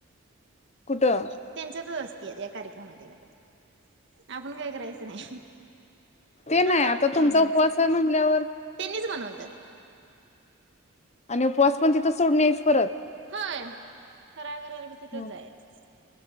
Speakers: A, on the left (about 35°); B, on the right (about 60°).
A: कुठं
B: त्यांच्या जवळच ते काय कार्यक्रम आहे त्या घरात आपण काय करायचं नाही.
A: ते
B: तिथं
A: नाही
B: जाऊन
A: आता
B: खाऊन
A: तुमचा
B: यायचं.
A: उपवास आहे म्हणल्यावर
B: त्यांनीच बनवतात.
A: आणि उपवास पण तिथं सोडून यायच परत
B: हय फराळ करायला मी तिथेच
A: हं,
B: जायच,